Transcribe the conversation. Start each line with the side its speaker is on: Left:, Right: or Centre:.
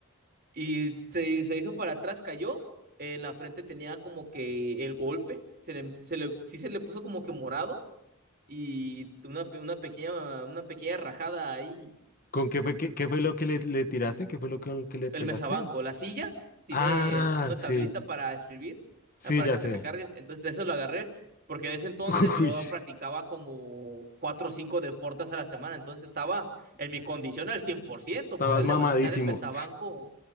Right: Y se, se hizo para atrás, cayó. En la frente tenía como que el golpe, se le, se le, sí se le puso como que morado y una, pe- una pequeña, una pequeña rajada ahí
Left: ¿con qué fue, qué, qué fue lo que le, le tiraste? ¿Qué fue lo que, que le
Right: el
Left: pegaste?
Right: mesabanco, la silla tiene
Left: Ah,
Right: una
Left: sí,
Right: tablita para escribir,
Left: sí,
Right: ah, para
Left: ya
Right: que
Left: sé.
Right: te recargues. Entonces, de eso lo agarré, porque en ese entonces
Left: <laughs>
Right: yo
Left: Uy, sí,
Right: practicaba como cuatro o cinco deportes a la semana. Entonces, estaba en mi condición al cien por ciento
Left: estabas
Right: Podía
Left: mamadísimo.
Right: levantar el mesabanco,